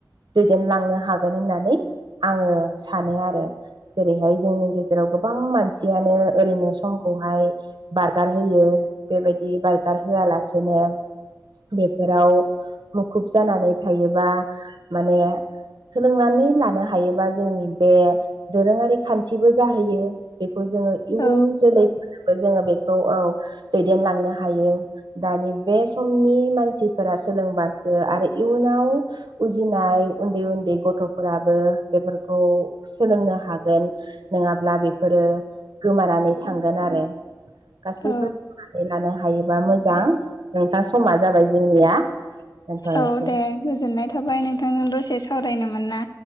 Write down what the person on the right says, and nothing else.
दैदेनलांनो हागोन होननानै आङो सानो आरो। जेरैहाय जोंनि गेजेराव गोबां मानसियानो ओरैनो समखौहाय बारगार होयो बेबायदि बारगार होआलासेनो बेफोराव मुखुब जानानै थायोबा माने सोलोंनानै लानो हायोबा जोंनि बे दोरोङारि खान्थिबो जाहैयो। बेखौ जोङो इयुन
जोलैफोरनोबो जोङो बेखौ औ दैदेनलांनो हायो। दानि बे समनि मानसिफोरा सोलोंबासो आरो इयुनाव उजिनाय उन्दै उन्दै गथ'फोराबो बेफोरखौ सोलोंनो हागोन। नोङाब्ला बेफोरो गोमानानै थांगोन आरो गासैबो
लानो हायोबा मोजां, नोंथां समा जाबाय जोंनिया। दोनथ'नोसै